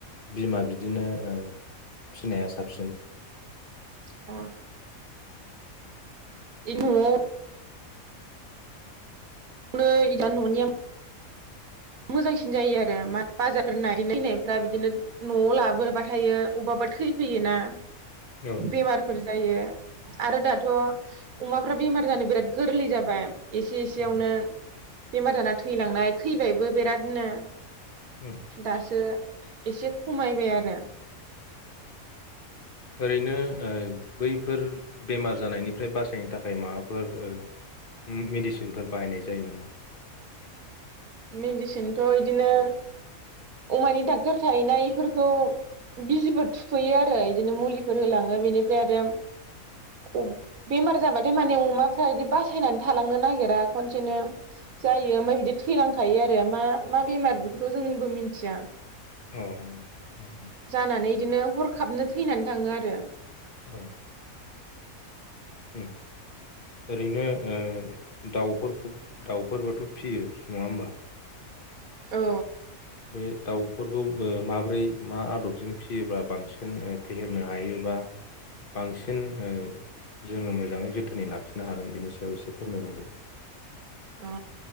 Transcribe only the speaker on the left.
बिमा बिदिनो ओ फिसिनाया साबसिन
औ
औ
उम
ओरैनो ओ बैफोर बेमार जानायनिफ्राय बासायनो थाखाय माबाफोर ओ मेडिसिनफोर बाहायनाय जायो नामा
औ उम
औ ओम ओरैनो ओ दाउ दाउफोरबोथ' फियो नङा होमबा
बे दाउफोरखौ ओ माब्रै मा आदबजों फिसियोब्ला बांसिन फेहेरनो हायोबा बांसिन ओ जोङो मोजाङै जोथोनै लाखिनो हागोन बेनि सायाव एसे फोरमायबावदो